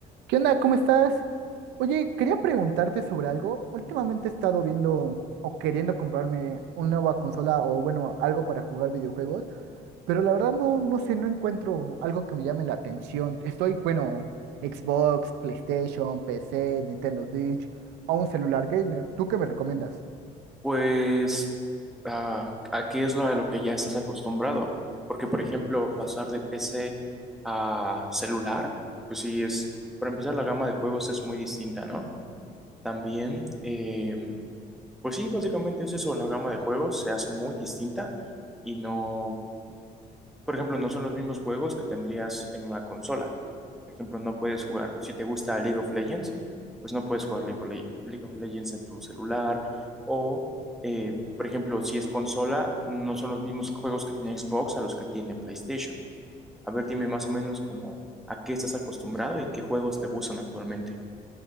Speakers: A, on the right; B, in the centre.
A: ¿Qué onda? ¿Cómo estás? Oye, quería preguntarte sobre algo. Últimamente he estado viendo o queriendo comprarme una nueva consola o bueno, algo para jugar videojuegos, pero la verdad no, no sé, no encuentro algo que me llame la atención. Estoy, bueno, Xbox, PlayStation, PC, Nintendo Switch o un celular gamer. ¿Tú qué me recomiendas?
B: Pues, ah, ¿a qué es lo, a lo que ya estás acostumbrado? Porque, por ejemplo, pasar de PC a celular, pues sí es, para empezar, la gama de juegos es muy distinta, ¿no? También, eh, pues sí, básicamente es eso, la gama de juegos se hace muy distinta y no por ejemplo, no son los mismos juegos que tendrías en una consola. Por ejemplo, no puedes jugar, si te gusta League of Legends, pues no puedes jugar League of, Le- League of Legends en tu celular. O, eh, por ejemplo, si es consola, no son los mismos juegos que tiene Xbox a los que tiene PlayStation. A ver, dime más o menos como a qué estás acostumbrado y qué juegos te gustan actualmente.